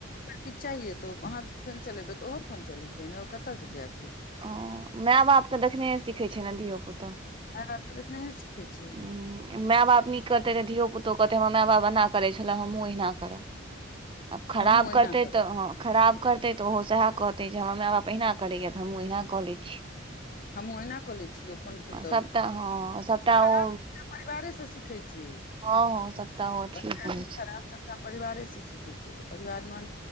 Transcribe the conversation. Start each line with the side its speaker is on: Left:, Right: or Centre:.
Left: किछ चाहिये तऽ अहाँ फोन चलेबै तऽ ओहो फोन चलेतै नहि ओ कतय जेतै आखिर
Right: ओ माय बापकेँ देखने सिखैत छै ने धियो पुताो
Left: माय बाप के देखनेहे सीखै छै
Right: ह माय बाप नीक करतै तऽ धियो पुतो कहतै हमर माय बाप एना करैत छलै हमहूँ अहिना करब अब खराब
Left: हमहूँ ओहिना
Right: करते
Left: करब
Right: तऽ हाँ खराब करते कहत तऽ ओहो सएह कहतै जे हमरा माय बाप अहिना करैए तऽ हमहँ ओहिना कऽ लय छी
Left: हमहू एहिना कऽ ले छीओ फोन पे तऽ
Right: सबटा हँ सबटा
Left: खराब
Right: ओ
Left: परिवारे से सिखै छै
Right: हँ हँ सबटा ओ अथिये
Left: बच्चा
Right: करै
Left: नहि खराब
Right: छै
Left: खराब सभटा परिवारेसँ सीखै छियै तऽ परिवारमे